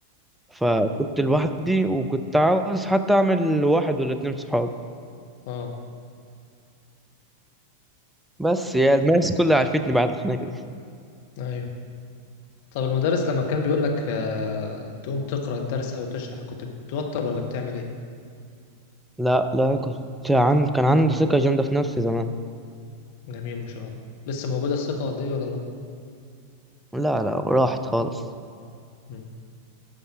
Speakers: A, in the centre; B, on the left.
A: فكنت لوحدي وكنت عاوز حتى اعمل واحد ولا اتنين صحاب
B: اه
A: بس يا الناس كلها عرفتني بعد الخناقة دي
B: ايوه طب المدرس لما كان بيقول لك آه تقوم تقرأ الدرس او تشرح كنت بتتوتر ولا بتعمل ايه
A: لا لا كنت عن... كان عندي ثقة جامدة في نفسي زمان
B: جميل ما شاء الله لسه موجودة الثقة قد ايه ولا راح
A: لا لا راحت خالص
B: مم. ان